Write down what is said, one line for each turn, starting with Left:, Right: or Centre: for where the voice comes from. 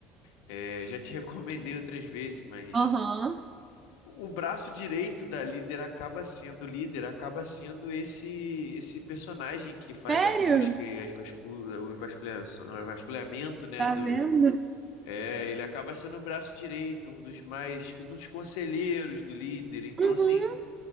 Left: É, já te <laughs> recomendei outras vezes, mas
Right: Aham.
Left: o braço direito da líder acaba sendo, o líder acaba sendo esse esse personagem que faz
Right: Sério?
Left: a busca e as vascul o vasculha- o vasculhamento, né,
Right: Tá
Left: do
Right: vendo?
Left: é, ele acaba sendo o braço direito, um dos mais, um dos conselheiros do líder. Então,
Right: Uhum,
Left: assim,